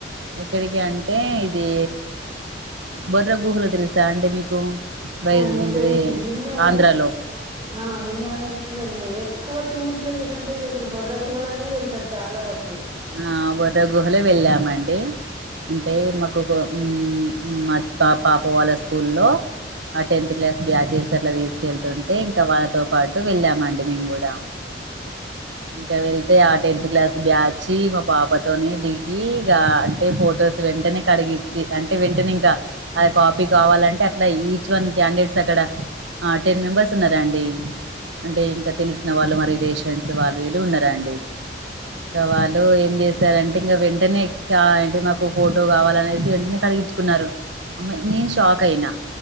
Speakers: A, on the right; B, on the right.
A: ఎక్కడికి అంటే ఇది బొర్ర గుహలు తెలుసా అండి మీకు బయలుదే
B: ఆ
A: ఏంటిది
B: తెలుసు విన్నా గాని
A: ఆంధ్రాలో
B: <unintelligible> ఆ వినగాని ఎప్పుడు బయలుదేరారు ఎక్కువ టూర్ ప్లేసెస్ అంటే ఇక అసలు బొర్ర గుహలోనే వెళ్తారు చాలా వరకు
A: ఆ బొర్రా గుహలే వెళ్ళామండి అంటే మాకు ఉం మా పా పాప వాళ్ళ స్కూల్లో ఆ టెన్త్ క్లాస్ బ్యా చేసే అట్లా తీసుకెళ్తుంటే ఇంకా వాళ్ళతో పాటు వెళ్ళామండి మేము కూడా ఇంకా వెళ్తే ఆ టెన్త్ క్లాస్ బ్యాచ్ వచ్చి మా పాపతోని దిగి ఇక అంటే ఫొటోస్ వెంటనే కడిగిచ్చి అంట వెంట వెంటనే ఇంకా అది కాపీ కావాలంటే అట్లా ఈచ్ వన్ క్యాండిడేట్స్ అక్కడ ఆ టెన్ మెంబెర్స్ ఉన్నారా అండి అంటే ఇంకా తెలిసిన వాళ్ళు మా రిలేషన్స్ వాళ్ళు వీళ్ళు ఉన్నారా అండి
B: ఉ
A: వాళ్ళు ఏం చేశారంటే ఇంకా వెంటనే అంటే మాకు ఫోటో కావాలనేసి వెంటనే కడిగిచ్చు కున్నారు అమ్మా నేను షాక్ అయినా